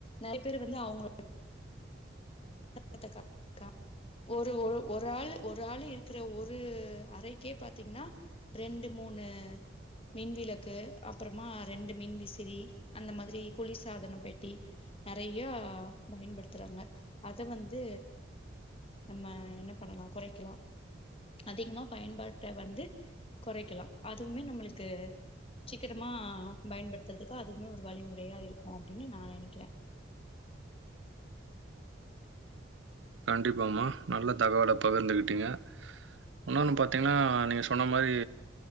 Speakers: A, on the left (about 30°); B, on the right (about 85°).
A: நறைய பேர் வந்து அவுங் <inaudible> ஒரு ஒரு ஒரு ஆள் ஒரு ஆள் இருக்கிற ஒரு அறைக்கே பாத்தீங்னா ரெண்டு மூணு மின்விளக்கு, அப்றமா ரெண்டு மின் விசிறி, அந்த மாத்ரி குளிர் சாதனப்பெட்டி நறைய பயன்படுத்துறாங்க அத் து வந்து நம்ம என்ன பண்ணலா கொறைக்கலா அதிகமா பயன்பாட்ட வந்து கொறைக்கலா அதூமே நம்மளுக்கு சீக்கிரமா பயன்படுத்துறதுக்கு அதூமே ஒரு வழிமுறையா இருக்கூ அப்டின்னு நா நெனைக்கிறே
B: கண்டிப்பாமா நல்ல தகவல பகிர்ந்துகிட்டீங்க உற்ன்னொன்னு பாத்தீங்னா நீங்க சொன்ன மாரி